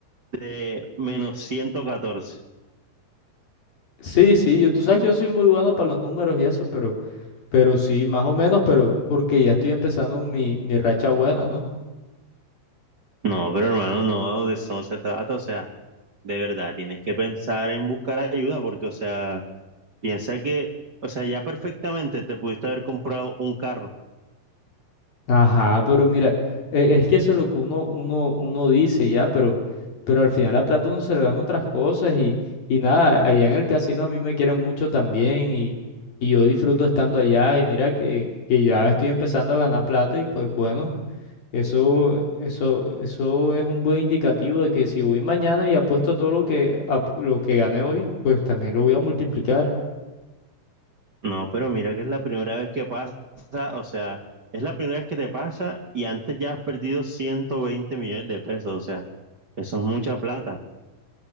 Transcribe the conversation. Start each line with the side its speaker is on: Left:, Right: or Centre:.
Right: de menos 114.
Left: sí, sí, yo, tú sabes que yo soy muy bueno para los números y eso, pero Pero sí, más o menos, pero porque ya estoy empezando mi, mi racha buena, ¿no?
Right: No, pero hermano, no, de eso no se trata. O sea, de verdad, tienes que pensar en buscar ayuda porque, o sea, piensa que, o sea, ya perfectamente te pudiste haber comprado un carro.
Left: Ajá, pero mira, e- es que eso es lo que uno, uno, uno dice ya, pero, pero al final la plata uno se le dan otras cosas y, y nada, allá en el casino a mí me quieren mucho también y, y yo disfruto estando allá y mira que, que ya estoy empezando a ganar plata y pues bueno, eso, eso, eso es un buen indicativo de que si voy mañana y apuesto todo lo que, ap- lo que gané hoy, pues también lo voy a multiplicar.
Right: No, pero mira que es la primera vez que pasa, o sea, es la primera vez que te pasa y antes ya has perdido 120 millones de pesos. O sea, eso es mucha plata.